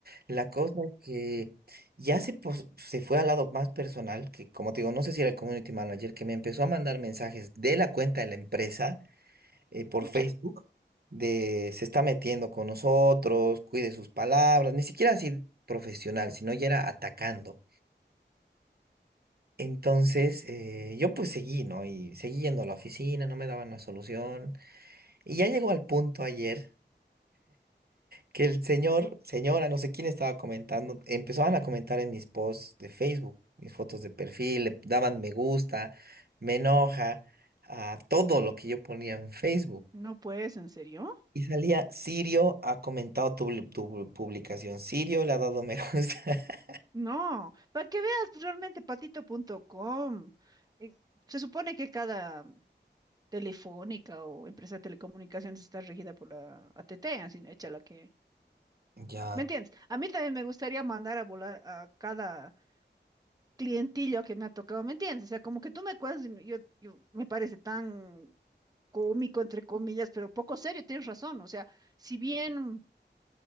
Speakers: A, on the right; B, on the right.
A: La cosa es que ya se, pos- se fue al lado más personal, que como te digo, no sé si era el community manager, que me empezó a mandar mensajes de la cuenta de la empresa eh, por
B: Pucha,
A: Facebook, de se está metiendo con nosotros, cuide sus palabras, ni siquiera así profesional, sino ya era atacando. Entonces eh, yo pues seguí, ¿no? Y seguí yendo a la oficina, no me daban una solución. Y ya llegó al punto ayer que el señor, señora, no sé quién estaba comentando, empezaban a comentar en mis posts de Facebook, mis fotos de perfil, le daban me gusta, me enoja, a todo lo que yo ponía en Facebook.
B: no puedes, ¿en serio?
A: Y salía, Sirio ha comentado tu, pub- tu pub- publicación, Sirio le ha dado me gusta. <laughs>
B: No, para que veas pues, realmente patito.com. eh, Se supone que cada Telefónica o empresa de telecomunicaciones está regida por la AT&T, así hecha la que...
A: Ya,
B: ¿Me entiendes? A mí también me gustaría mandar a volar a cada clientillo que me ha tocado, ¿me entiendes? O sea, como que tú me cuentas, y me- yo, yo me parece tan cómico, entre comillas, pero poco serio, tienes razón. O sea, si bien